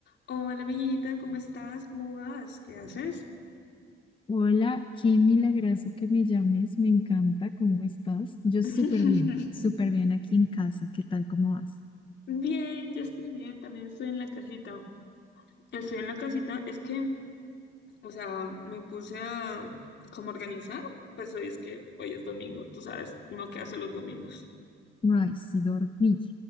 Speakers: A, on the left; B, on the left.
A: Hola amiguita, ¿cómo estás? ¿Cómo vas? ¿Qué haces?
B: Hola, qué milagroso que me llames, me encanta, ¿cómo estás? Yo súper
A: <laughs>
B: bien, súper bien aquí en casa, ¿qué tal, cómo vas?
A: Bien, yo estoy bien, también estoy en la casita. Estoy en la casita, es que, o sea, me puse a como organizar, pues hoy es que hoy es domingo, tú sabes, uno que hace los domingos.
B: Ay, sí, dormí,